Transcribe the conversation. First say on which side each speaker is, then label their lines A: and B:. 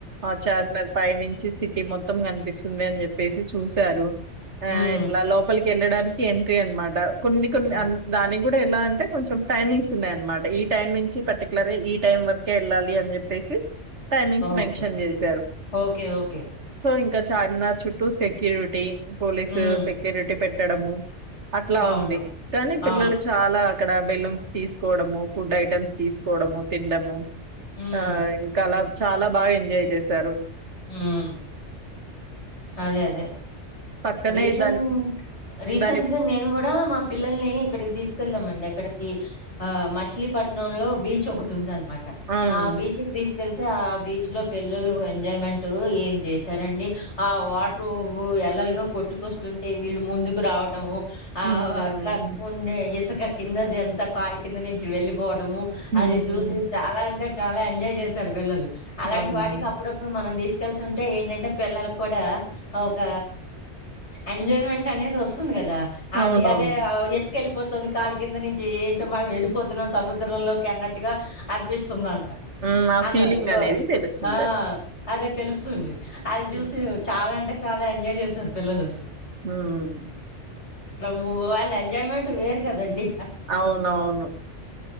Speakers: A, on the right; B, on the left.
A: ఆ చార్మినార్ పై నుంచి సిటీ మొత్తం కనిపిస్తుంది అని చెప్పేసి చూసారు ఆ
B: ఉమ్,
A: లోపలికి వెళ్ళడానికి ఎంట్రీ అన్నమాట కొన్ని కొన్ని
B: ఓ-
A: దాని కూడా ఎలా అంటే కొంచెం టైమింగ్స్ ఉన్నాయన్నమాట ఈ టైం నుంచి పర్టికులర్ గా ఈ టైం వరకే వెళ్ళాలి అని చెప్పేసి టైమింగ్స్ మెన్షన్
B: ఓకే
A: చేశారు
B: ఓకే ఓకే
A: సో ఇంకా చార్మినార్ చుట్టూ సెక్యూరిటీ పోలీసు
B: ఉమ్,
A: సెక్ సెక్యూరిటీ పెట్టడము అట్లా
B: అవును
A: ఉంది కానీ పిల్లలు
B: ఆ,
A: చాలా ఇక్కడ బెలూన్స్ తీసుకోవడము ఫుడ్ ఐటెమ్స్ తీసుకోవడము తినడము
B: ఉమ్,
A: ఆ ఇంకా అలా చాలా బాగా ఎంజాయ్ చేశారు
B: ఉమ్ అదే అదే
A: పక్కనే
B: రీసెంట్
A: దాని
B: రీసెంట్
A: దాని
B: గా నేను కూడా మా పిల్లల్ని ఇక్కడికి తీసుకెళ్ళామండి ఇక్కడకి ఆ మచిలీపట్నంలో బీచ్ ఒకటి ఉందన్నమాట
A: అవును
B: ఆ బీచ్ కి తీసుకు వెళ్తే ఆ బీచ్ లో పిల్లలు ఎంజాయ్మెంట్ ఏం చేశారండి ఆ వాటర్ ఎల్లలుగా కొట్టుకొస్తుంటే వీళ్ళు ముందుకు రావటాము ఆ
A: హ్మ్
B: అట్లా ఉండే ఇసుక కిందది అంతా కాలి కింద నుంచి వెళ్ళిపోవట
A: హ్మ్
B: అది చూసి చాలా అంటే చాలా ఎంజాయ్ చేశారు పిల్లలు అలాంటి
A: అవునవును
B: వాటికి అప్పుడప్పుడు మనం తీసుకెళ్తుంటే ఏంటంటే పిల్లలకు కూడా ఒక ఎంజాయ్మెంట్ అనేది వస్తుంది కా దా
A: అవునవును
B: అదే వెళ్ళిపోతుంది కాలి కింద నుంచి ఏంటో మనం వెళ్ళిపోతున్నాం సముద్రంలోకి అన్నట్టుగా అనిపిస్తుంది
A: హ్మ్ ఆ
B: అన్నారు
A: ఫీలింగ్ అనేది తెలుస్తుంటది
B: ఆ అదే తెలుస్తుంది అది చూసి
A: హ్మ్
B: చాలా అంటే చాలా ఎంజాయ్ చేశారు పిల్లలు అసలు
A: ఉమ్
B: మూ వాళ్ళ ఎంజాయ్మెంట్ వేరు కదండి
A: అవునవును